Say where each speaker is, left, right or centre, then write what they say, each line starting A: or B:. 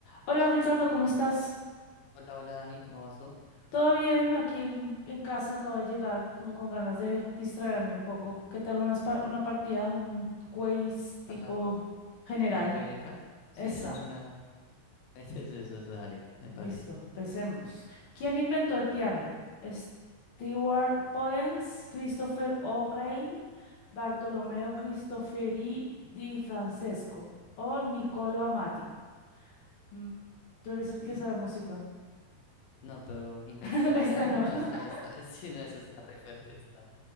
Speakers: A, on the left; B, on the left.
A: Hola Ricardo, ¿cómo estás?
B: Hola, hola Dani, ¿cómo vas tú?
A: ¿Todo bien? Aquí en, en casa acabo de llegar como con ganas de distraerme un poco. ¿Qué tal unas pa- una partida, un quiz tipo
B: ¿A la,
A: general?
B: la trivieta? Si
A: Esa,
B: echamos una... <laughs> Eso, eso, eso, dale, me
A: listo,
B: parece.
A: empecemos. ¿Quién inventó el piano? Stewart Pollens, Christopher O'Reilly, Bartolomeo Cristofori di Francesco o Niccolo Amati. Mm, Tú eres el
B: Mm,
A: que sabe música.
B: No, pero inventó
A: <laughs>
B: el
A: Esta
B: piano,
A: no.
B: no está, está,
A: <laughs>
B: <laughs> si no es, está re fuerte, está.